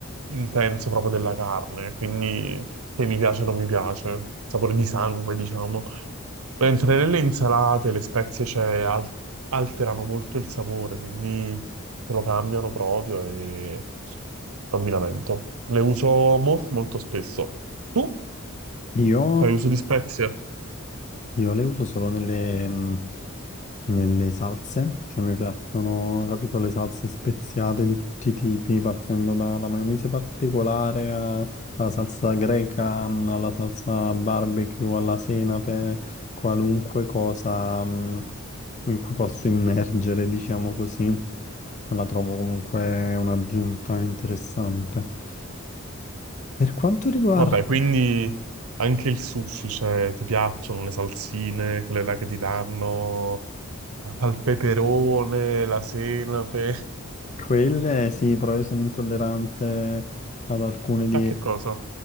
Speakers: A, on the right; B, on the left.
A: intenso proprio della carne, quindi che mi piace o non mi piace, sapore di sangue, diciamo. Mentre nelle insalate le spezie cioè, al- alterano molto il sapore, quindi lo cambiano proprio e non mi lamento. Le uso molto, molto spesso. Tu
B: Io
A: fai uso di spezie?
B: Io le uso solo nelle, mh, nelle salse, cioè mi piacciono, capito, le salse speziate di tutti i tipi, partendo dalla maionese particolare a- alla salsa greca, mh, alla salsa barbecue, alla senape, qualunque cosa, mh, in cui posso immergere, diciamo così, la trovo comunque un'aggiunta interessante. Per quanto riguarda
A: Vabbè, quindi anche il sushi, cioè, ti piacciono le salsine, quelle là che ti danno al peperone, la senape. <laughs>
B: Quelle sì, però io sono intollerante ad alcune di,
A: A che
B: eh,
A: cosa?